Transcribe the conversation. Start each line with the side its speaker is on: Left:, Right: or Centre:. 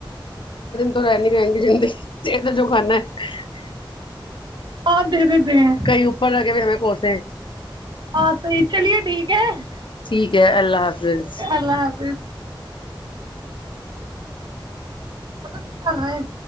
Left: پرانے گان کی زندگی جسے جو کھانا ہے
Right: اور دے دیتے ہیں
Left: کہیں اوپر لگے ہوئے ہمیں کوسے
Right: ہاں صحیح چلیے ٹھیک کی <unintelligible>
Left: ٹھیک ہے اللہ حافظ
Right: اللہ حافظ مدد کر رہے ہیں